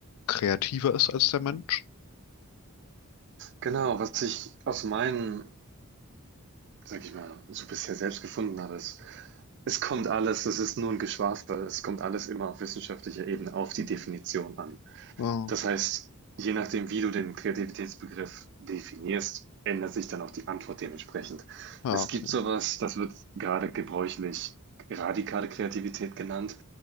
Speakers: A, on the left; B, on the right.
A: kreativer ist als der Mensch?
B: Genau, was ich aus meinen, sag ich mal, so bisher selbst gefunden habe, ist, es kommt alles, das ist nur ein Geschwafel, es kommt alles immer auf wissenschaftlicher Ebene auf die Definition an.
A: Ah,
B: Das heißt, je nachdem, wie du den Kreativitätsbegriff definierst, ändert sich dann auch die Antwort dementsprechend.
A: ja,
B: Es
A: okay.
B: gibt sowas, das wird gerade gebräuchlich radikale Kreativität genannt.